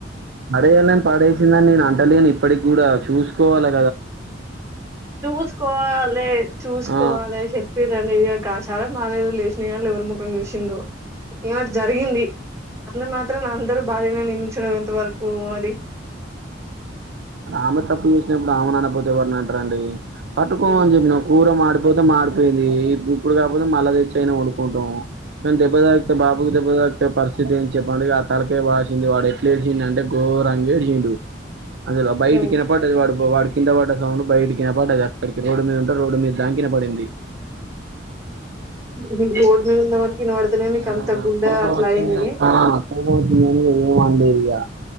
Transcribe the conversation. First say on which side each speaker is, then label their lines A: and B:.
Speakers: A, on the right; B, on the right.
A: పడేయాలని పడేసిందని నేను అంటలేను ఇప్పటికి గూడా చూసుకోవాలె
B: చూసుకోవాలె చూసుకోవాలె
A: ఆ
B: చెప్పిర్రని <inaudible> మాది ఏదో లేషినయని ఎవరి ముఖం చూసిందో ఏవట జరిగింది అంత మాత్రాన అందరూ భార్యని నిందించడం ఎంత వరకూ అది
A: మరి ఆమె తప్పు చేసినప్పుడు ఆమెను అనకపోతే ఎవరిని అంటరండి పట్టుకోమని
B: హ్మ్.
A: చెప్పినం కూర మాడిపోతే మాడిపోయింది. ఇప్పుడు కాకపోతే మళ్ళ తెచ్చి అయినా వండుకుంటాం అంతే దెబ్బ తా బాబుకు దెబ్బ తాకితే పరిస్థితి ఏంటీ చెప్పండి ఇగ తలకాయ వాషింది వాడు ఎట్లే ఏడుతా ఈనంటే గోరంగా ఎగిరిండు అందులో బయటికి
B: హ్మ్.
A: వినపడ్డది వాడు కింద పడ్డ సౌండ్ బయటికీ వినపడ్డది అక్కడికి రోడ్డు మీద ఉంటే రోడ్డు మీద దంకా వినపడింది
B: మీ గోడు మీద ఉన్న వరకు ఇనబడితేనే మీకు
A: అ
B: అంత గుండె
A: కోపం
B: అట్లా
A: వచ్చింది
B: అయింది.
A: అ కోపం వచ్చింది కానీ ఏం అనలే యా